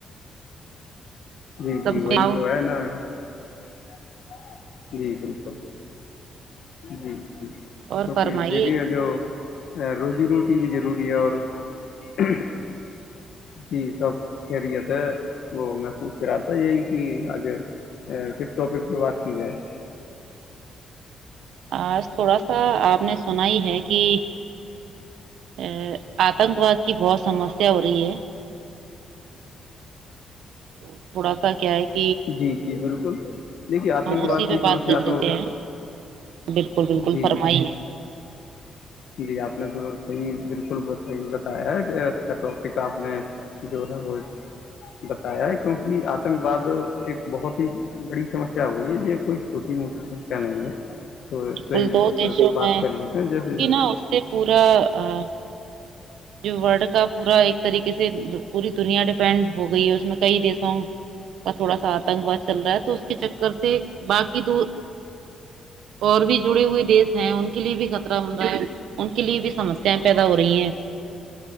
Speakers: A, on the left; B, on the right.
A: جی
B: کم
A: جی وہی
B: سے آؤ
A: تو ہے نا ہے <inaudible> جی بالکل جی <inaudible> کیکہ
B: اور فرمائیے
A: دیکھیے جو <inaudible> ا روزی روٹی بھی ضروری ہے اور <inaudible> جی سب خیریت ہے وہ میں پوچھ رہا تھا یہی کہ آج کس ٹاپک پہ بات کی جائے <inaudible>
B: آج تھوڑا سا آپ نے سنا ہی ہے کہ ا آتنک واد کی بہت سمسیا ہو رہی ہے <inaudible> تو تھوڑا سا کیا ہے <inaudible>
A: جی جی بالکل <inaudible> دیکھیے آتنک
B: ہم اسی
A: واد کی
B: پہ بات
A: سمسیا
B: کر
A: تو
B: لیتے ہیں بالکل بالکل
A: جی
B: فرمائیے <inaudible>
A: جی آپ نے تو صحی بالکل صحیح بتایا ہے اچھا ٹاپک آپ نے جو ہے وہ بتایا ہے کیونکہ آتنک واد ایک بہت ہی بڑی سمسیا ہو گئی ہے یہ کوئی چھوٹی موٹی سمسیا نہیں ہے <inaudible> تو صحیح
B: کل دو دیشوں
A: بات
B: میں
A: کر لیتے ہیں جیسے
B: کہ
A: <inaudible>
B: اس سے پورا ا <inaudible> جو ورلڈ کا پورا ایک طریقے سے پوری دنیا ڈیپینڈ <inaudible> ہو گئی ہے اس میں کئی دیسوں کا تھوڑا سا آتنک واد چل رہا ہے تو اس کے چر <inaudible> سے <inaudible> باقی دو اور بھی جڑے ہوئے دیش ہیں ان کے لیے بھی خطرہ بن رہا ہے ان کے لیے بھی سمسیایں پیدا ہو رہی ہیں